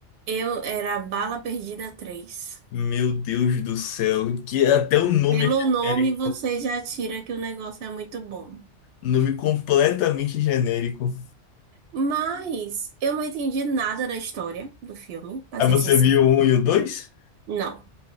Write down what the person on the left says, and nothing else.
Meu Deus do céu, que até o nome
é
genérico.
Nome completamente genérico.
Aí
você
viu o um e o dois?